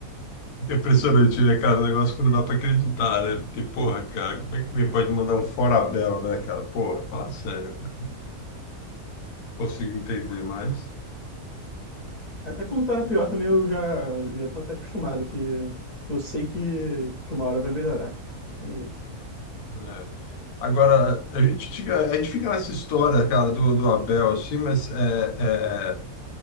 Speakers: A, on the left; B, on the left.
A: É impressionante, né, cara? O negócio que não dá pra acreditar, né? Porque, porra, cara, como é que alguém pode mandar um fora Abel, né, cara? Porra, fala sério, cara. Não consigo entender mais.
B: Até quando tá era pior também, eu já, já tô até acostumado, que eu sei que, que uma hora vai melhorar. cara. Não tem jeito.
A: É. Agora, a gente, fica, a gente fica nessa história, cara, do, do Abel, assim, mas é, é, é,